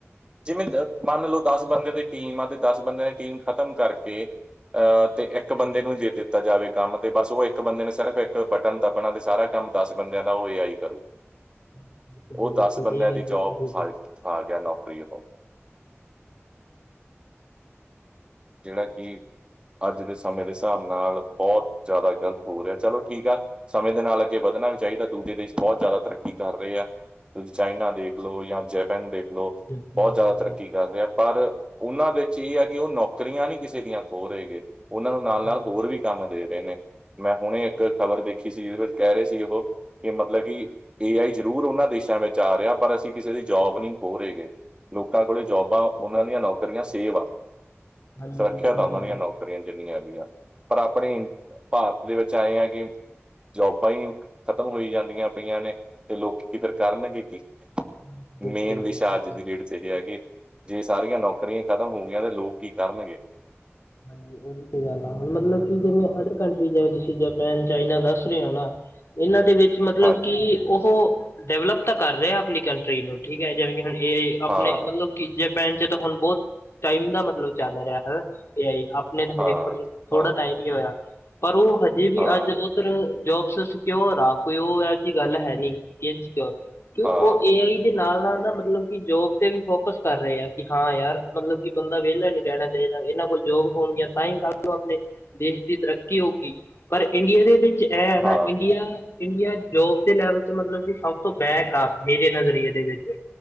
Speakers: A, on the right (about 20°); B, on the left (about 65°).
A: ਜਿਵੇਂ ਮੰਨ ਲਓ ਦਸ ਬੰਦੇ ਦੀ ਟੀਮ ਅਤੇ ਦਸ ਬੰਦਿਆਂ ਦੀ ਟੀਮ ਖ਼ਤਮ ਕਰਕੇ ਅਹ ਤੇ ਇੱਕ ਬੰਦੇ ਨੂੰ ਹੀ ਦੇ ਦਿੱਤਾ ਏ ਅ ਤੇ ਇਕ ਬੰਦੇ ਨੂੰ ਦਿੱਤਾ ਜਾਵੇ ।ਕੰਮ ਤੇ ਬਸ ਉਹ ਇੱਕ ਬੰਦੇ ਨੇ ਸਿਰਫ ਇੱਕ ਬਟਨ ਦੱਬਣਾ ਤੇ ਸਾਰਾ ਕੰਮ ਦੱਸ ਬੰਦਿਆਂ ਦਾ ਉਹਏ ਆਈ ਕਰੂ
B: <inaudible>
A: ਉਹ ਦਸ ਬੰਦਿਆਂ ਦੀ ਜੋਬ
B: ਕਰੇਗਾ
A: ਫਾਰ ਗਿਆ ਨੌਕਰੀ ਹੋ ਜਿਹੜਾ ਕਿ ਅੱਜ ਦੇ ਸਮੇਂ ਦੇ ਹਿਸਾਬ ਨਾਲ ਬਹੁਤ ਜ਼ਿਆਦਾ ਗ਼ਲਤ ਹੋ ਰਿਹਾ ।ਚਲੋ, ਠੀਕ ਆ ਸਮੇਂ ਦੇ ਨਾਲ ਅੱਗੇ ਵਧ ਕਰਨਾ ਵੀ ਚਾਹੀਦਾ। ਦੂਜੇ ਦੇਸ਼ ਬਹੁਤ ਜ਼ਿਆਦਾ ਤਰੱਕੀ ਕਰ ਰਹੇ ਆ। ਤੁਂ ਚਾਈਨਾ ਦੇਖ ਲਓ। ਜਾਂ ਜੈਪੈਨ ਦੇਖ ਲਓ।
B: ਬਿਲਕੁਲ
A: ਬਹੁਤ
B: ਹਾਂਜੀ
A: ਜ਼ਿਆਦਾ ਤਰੱਕੀ ਕਰ ਰਿਹਾ ਪਰ ਉਹਨਾਂ ਵਿੱਚ ਇਹ ਆ ਕਿ ਉਹ ਉਨ੍ਹਾਂ ਉਨ੍ਹਾਂ ਵਿੱਚ ਏ ਨੌਕਰੀਆਂ ਨਹੀਂ ਕਿਸੇ ਦੀਆਂ ਖੋ ਰਹੇ। ਉਹਨਾਂ ਨੂੰ ਨਾਲ ਨਾਲ
B: ਹਾਂਜੀ
A: ਹੋਰ ਵੀ ਕੰਮ ਦੇ ਏਨੇ ਮੈਂ ਹੁਣੇ ਇੱਕ ਖ਼ਬਰ ਦੇਖੀ ਸੀ। ਜਿਹਦੇ ਵਿੱਚ ਕਹਿ ਰਹੇ ਸੀ। ਉਹ ਕਿ ਮਤਲਬ ਕਿ' ਏ ਆਈ ਜ਼ਰੂਰ ਉਹਨਾਂ ਦੇਸ਼ਾਂ ਤੇ ਵਿੱਚ ਆ ਰਿਹਾ। ਪਰ ਅਸੀਂ ਕਿਸੇ ਦੀ ਜੋਬ ਨਹੀਂ ਖੋਹ ਰਹੇ ਹੈਗੇ। ਲੋਕਾਂ ਕੋਲ ਜੋਬਾਂ ਉਹਨਾਂ ਦੀਆਂ ਨੌਕਰੀਆਂ ਸੇਵ ਆ
B: ਬਿਲਕੁਲ
A: ਸੁਰੱਖਿਆ ਤਾਂ ਉਹਨਾਂ
B: ਜੀ
A: ਦੀਆਂ
B: ਬਿਲਕੁਲ
A: ਨੌਕਰੀਆਂ, ਜਿੰਨੀਆਂ ਹੈਗੀਆਂ। ਪਰ ਆਪਣੀ ਭਾਰਤ ਦੇ ਵਿੱਚ ਆਏ ਐਂ ਗੇ ਜੋਬਾਂ ਹੀ ਖਤਮ ਹੋਈ ਜਾਂਦੀਆਂ ਪਈਆਂ ਨੇ ।ਤੇ ਲੋਕੀ ਫਿਰ ਕਰਨਗੇ ਕੀ।
B: ਹਾਂਜੀ
A: ਮੇਨ
B: ਬਿਲਕੁਲ
A: ਵਿਸ਼ਾ
B: ਜੀ ਬਿਲਕੁਲ
A: ਅੱਜ ਦੀ ਡੇਟ ਚ ਇਹ ਹੈ। ਕਿ ਜੇ ਸਾਰੀਆਂ ਨੌਕਰੀਆਂ ਖਤਮ ਹੋ ਗਈਆਂ ਤੇ ਲੋਕ ਕੀ ਕਰਨਗੇ?
B: ਹਾਂਜੀ, ਉਹਦੀ ਤੇ ਗੱਲ ਆ। ਹੁਣ ਮਤਲਬ ਕਿ ਜਿਵੇਂ ਅੰਦਰ ਕੰਟਰੀ ਜਿਵੇਂ ਤੁਸੀਂ ਜਪੈਨ ਚਾਈਨਾ ਦੱਸ ਨਿਆਲਾ, ਇਹਨਾਂ ਦੇ ਵਿੱਚ ਮਤਲਬ
A: ਹਾਂਜੀ
B: ਕਿ ਉਹ ਡਿਵਲਪ ਤਾਂ ਕਰ ਰਿਹਾ ਆਪਣੀ ਕੰਟਰੀ ਨੂੰ, ਠੀਕ ਹੈ ।ਜਿਵੇਂ ਕਿ ਹੁਣ ਇਹ ਆਪਣੇ
A: ਹਾਂ
B: ਮਤਲਬ ਕਿ ਜੇ ਪੈਣ ਚ, ਤਾਂ ਹੁਣ ਬਹੁਤ ਟਾਈਮ ਦਾ ਮਤਲਬ ਚੱਲ ਰਿਹਾ ਹੈ ।ਇਹ ਆ ਆਪਣੇ
A: ਹਾਂ
B: ਹਜੇ ਥੋੜਾ
A: ਹਾਂ
B: ਟਾਈਮ ਹੀ ਹੋਇਆ। ਪਰ ਉਹ ਹਜੇ ਵੀ
A: ਹਾਂ ਹਾਂ
B: ਅੱਜ ਉੱਧਰ ਜੋਬਸ ਸਕਿਓਰ ਆ, ਕੋਈ ਉਹ ਇਹੋ ਜਹੀ ਗੱਲ ਹੈ। ਨਹੀਂ ਇਨਸਿਕਿਓਰ ਕਿ
A: ਹਾਂ
B: ਉਹ ਏ ਆਈ ਦੇ ਨਾਲ- ਨਾਲ ਨਾ ਮਤਲਬ ਕਿ ਜੋਬ ਤੇ ਵੀ ਫੋਕਸ ਕਰ ਰਹੇ ਆ। ਕਿ ਹਾਂ, ਯਾਰ ਮਤਲਬ ਕਿ ਬੰਦਾ ਵਿਹਲਾ ਨੀ ਰਹਿਣਾ ਚਾਹੀਦਾ ।ਇਹਨਾਂ ਕੋਲ ਜੋਬਹੋਣਗੀਆਂ ਤਾਂ ਹੀ, ਕੱਲ੍ਹ ਨੂੰ ਆਪਣੇ ਦੇਸ਼ ਦੀ ਤਰੱਕੀ ਹੋਊਗੀ। ਪਰ ਇੰਡੀਆ ਦੇ ਵਿੱਚ ਐ ਨਾ
A: ਹਾਂ
B: ਇੰਡੀਆ। ਇੰਡੀਆ ਜੋਬ ਦੇ ਲੈਵਲ ਚ, ਮਤਲਬ ਕਿ ਸਭ ਤੋਂ ਬੈਕ ਆ ਮੇਰੇ ਨਜ਼ਰੀਏ ਦੇ ਵਿੱਚ